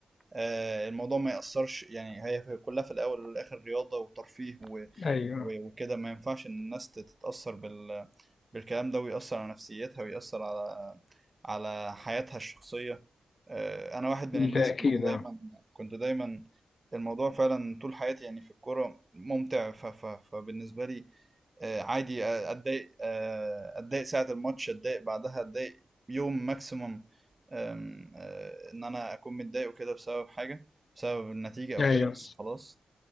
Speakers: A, on the right; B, on the left.
A: آه، الموضوع ما يأثرش يعني هي في- كلها في الأول والآخر رياضة وترفيه و...
B: أيوه
A: و- وكده ما ينفعش إن الناس تتأثر بال... بالكلام ده ويأثر على نفسيتها ويأثر على على حياتها الشخصية آه، أنا واحد من الناس
B: ده أكيد
A: كنت
B: أه
A: دايما كنت دايما الموضوع فعلا طول حياتي يعني في الكورة ممتع ف... ف... فبالنسبة لي آه، عادي آه، أتضايق آه، أتضايق ساعة الماتش أتضايق بعدها أتضايق يوم ماكسيموم آم، آه، إن أنا أكون متضايق وكده بسبب حاجة بسبب النتيجة أو
B: أيوه
A: كده بس خلاص